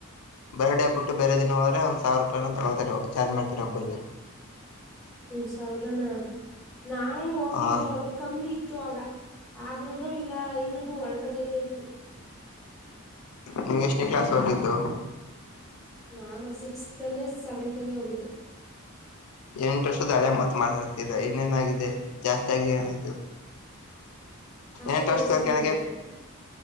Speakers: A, on the left; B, in the centre.
A: ಬರ್ಡೇಬಟ್ಟು ಬೇರೆ ದಿನ ಹೋದ್ರೆಂದ ಸಾವಿರ ರೂಪಾಯ ತಗೊಳ್ತಾರೆ ಒಬ್ಬ ಚಾರ್ಜ್ ಮಾಡ್ತಾರೆ ಒಬ್ಬ್ರರಿಗೆ
B: ಒಂದು ಸಾವಿರ ನ ನಾವವು ಹೋಗಿದ್ವ
A: ಹಾ
B: ಆದ್ರೆ ಕಮ್ಮಿ ಇತ್ತು ಆಗ ಆರ್ನೂರು ಇಲ್ಲ ಇನೂರು ರು ಒಳಗಡೆನೆೇ ಇತ್ತು
A: ನೀವ್ ಎಷ್ಟೇ ಕ್ಲಸ್ ಹೋಗಿದ್ದು
B: ನಾನ ಸಿಕ್ಸ್ತ್ ಅಲ್ಲೇ ಸೆವೆಂತ್ ಅಲ್ಲೇ ಹೋಗಿದ್ದೆ
A: ಎಂಟು ವರ್ಷದ ಹಳೆ ಮತ್ ಮಾಡ್ತಾರ್ತಿರ ಇನ್ನೇನಾಗಿದೆ ಜಾಸ್ತಿ ಆಗಿದೆ ಏನ
B: ಅಷ್ಟೊಂದ
A: ಎಂಟು ವರ್ಷ
B: ಜಾಸ್ತಿ
A: ಕೆಳಗೆ
B: ಮಾಡ್ಬಿಟ್ಟ